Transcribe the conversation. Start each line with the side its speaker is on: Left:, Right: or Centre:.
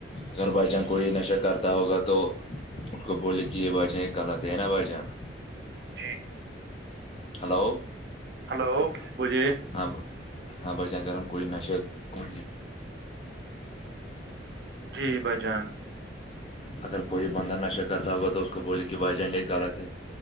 Left: اگر بھائی جان کوئی نشہ کرتا ہوگا تو اس کو بولے کہ یہ غلط ہے نا بھائی جان
Right: جی
Left: ہیلو
Right: ہیلو بولیے
Left: ہاں ہاں بچیں گرم کوئی نشہ کوئی <inaudible>
Right: جی بھائی جان
Left: اگر کوئی بندہ نشہ کرتا ہوگا تو اس کو بوول کہ بھائی جان گے غلط ہے